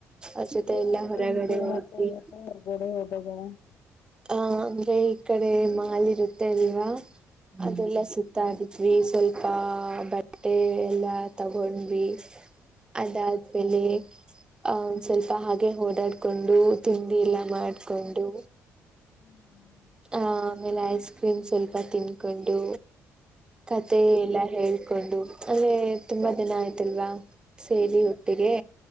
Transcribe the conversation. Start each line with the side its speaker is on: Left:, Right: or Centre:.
Right: ಅವ್ರ ಜೊತೆ
Left: ಏನೇನ್
Right: ಎಲ್ಲಾ ಹೊರಗಡೆ
Left: ತಿಂತಿ
Right: ಹೋದ್ವಿ
Left: ಮತ್ತೆ ಹೊರ್ಗಡೆ ಹೋಗ. ಭಗವನ್
Right: ಹ ಅಂದ್ರೆ ಈ ಕಡೆ ಮಾಲ್ ಇರುತ್ತೆ ಅಲ್ವಾ? ಅದೆಲ್ಲಾ ಸುತ್ತ ಆಗುತ್ತ. ವಿ ಸ್ವಲ್ಪ ಬಟ್ಟೆ ಎಲ್ಲಾ ತಗೊಂಡ್ವಿ. ಅದಾದ ಬೆಲೆ. ಆ ಒಂದ್ ಸ್ವಲ್ಪ ಹಾಗೆ ಓಡಾಡ್ಕೊಂಡು ತಿಂಡಿ ಎಲ್ಲಾ ಮಾಡ್ಕೊಂಡು.
Left: ಹ್ಮ್
Right: ಆ ಆಮೇಲೆ ಐಸ್ ಕ್ರೀಮ್ ಸ್ವಲ್ಪ ತಿನ್ಕೊಂಡು. ಕತೆ ಎಲ್ಲಾ ಹೇಳ ಹಕೊಂಡು ಅದೇ ತುಂಬಾ ದಿನ ಆಯ್ತಲ್ವಾ ಸೇರಿ ಒಟ್ಟಿಗೆ.